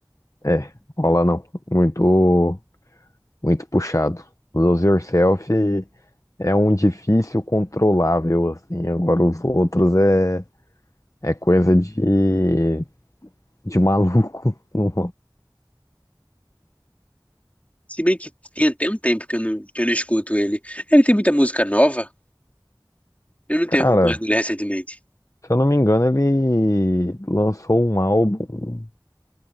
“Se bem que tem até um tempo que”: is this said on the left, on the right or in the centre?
Left